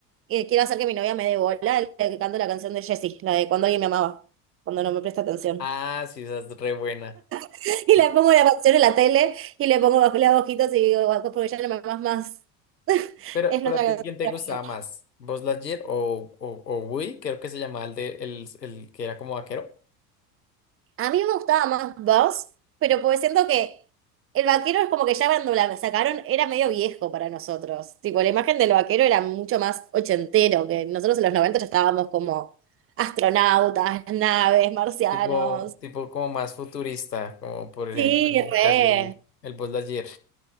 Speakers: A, on the right; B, on the left.
A: que- quiero hacer que mi novia me dé bola, le canto la canción de Jessie, la de cuando alguien me amaba, cuando no me presta atención.
B: Ah, sí, esa es re buena.
A: <laughs> Y
B: Sí.
A: le pongo la canción en la tele y le pongo bajo las hojitas y digo, "Guau, porque ya no me amas más.
B: Pero,
A: Es
B: pero
A: nuestra
B: a
A: canción.
B: ti, ¿quién te
A: favorita.
B: gustaba más? ¿Buzz Lightyear o, o, o Woody? Creo que se llamaba el, de, el, el que era como vaquero.
A: A mí me gustaba más Buzz, pero porque siento que el vaquero es como que ya cuando la sacaron era medio viejo para nosotros. Tipo, la imagen del vaquero era mucho más ochentero, que nosotros en los 90 ya estábamos como astronautas, naves, marcianos.
B: Tipo, tipo como más futurista, como por ejemplo,
A: Sí,
B: en este
A: re.
B: caso el, el Buzz Lightyear.